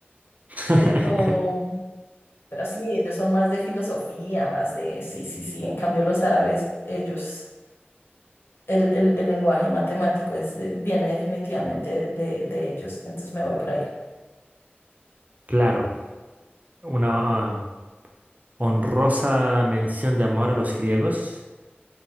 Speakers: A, on the right; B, on the left.
A: <laughs>
B: pero, pero sí, ellos son más de filosofía, más de, sí, sí, sí. En cambio, los árabes, ellos el, el- el lenguaje matemático es de- viene definitivamente de, de ellos. Entonces me voy por ahí.
A: Claro, una ah, honrosa mención de amor a los griegos.